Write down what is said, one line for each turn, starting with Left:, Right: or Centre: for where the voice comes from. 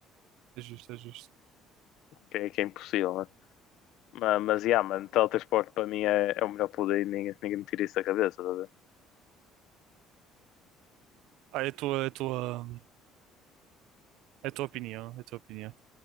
Right: É justo, é justo.
Left: Que é, que é impossível, né? Mas, mas yeah, mano, teletransporte para mim é, é o melhor poder e ninguém, ninguém me tira isso da cabeça, tá a ver?
Right: Ah, é a tua, é a tua, é a tua opinião, é a tua opinião.